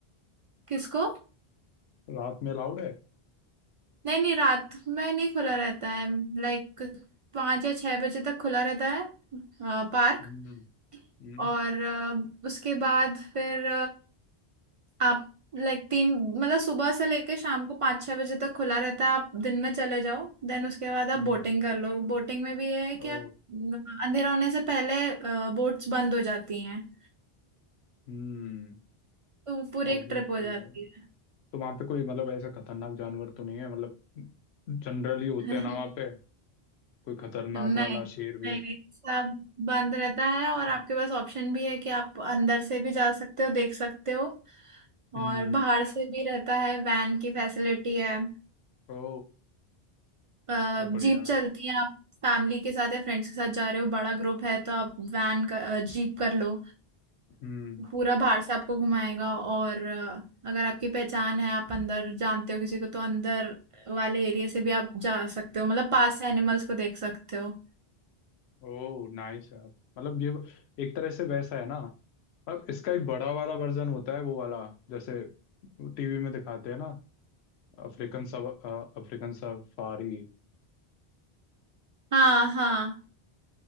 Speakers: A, on the right (about 60°); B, on the left (about 80°).
A: किसको
B: रात में अलाउड है
A: नहीं नहीं रात में नहीं खुला रहता है लाइक पाँच या छह बजे तक खुला रहता है पार्क
B: हम्म हम्म
A: और अ, उसके बाद फिर आप लाइक तीन मतलब सुबह से लेके शाम को पाँच छह बजे तक खुला रहता है आप दिन में चले जाओ देन उसके बाद आप
B: हम्म।
A: बोटिंग कर लो बोटिंग में भी ये है कि
B: ओ
A: आप अम, अंधेरा होने से पहले बोट्स बंद हो जाती हैं
B: हम्म
A: तो पूरी
B: ऑब्वियसली
A: एक ट्रिप हो जाती
B: भाई
A: है
B: तो वहां पे कोई मतलब ऐसा खतरनाक जानवर तो नहीं है मतलब जनरली होते
A: <laughs>
B: हैं ना वहां पे कोई खतरनाक
A: नहीं
B: वाला शेर वेर
A: नहीं नहीं सब बंद रहता है और आपके पास ऑप्शन भी है कि आप अंदर से भी जा सकते हो देख सकते हो
B: हम्म
A: और बाहर से भी रहता है वैन की फैसिलिटी है
B: ओ
A: अ,
B: सब बढ़िया
A: जीप
B: यार
A: चलती है आप फैमिली के साथ या फ्रेंड्स के साथ जा रहे हो बड़ा ग्रुप है तो आप वैन का अ, जीप कर लो
B: हम्म
A: पूरा बाहर से आपको घुमाएगा और अ, अगर आपकी पहचान है आप अंदर जानते हो किसी को तो अंदर वाले एरिया से भी आप जा सकते हो मतलब पास से एनिमल्स को देख सकते हो
B: ओ नाइस यार मतलब ये एक तरह से वैसा है ना अब इसका एक बड़ा वाला वर्जन होता है वो वाला जैसे टीवी में दिखाते हैं ना अफ्रीकन सव अफ्रीकन सफारी
A: हाँ हाँ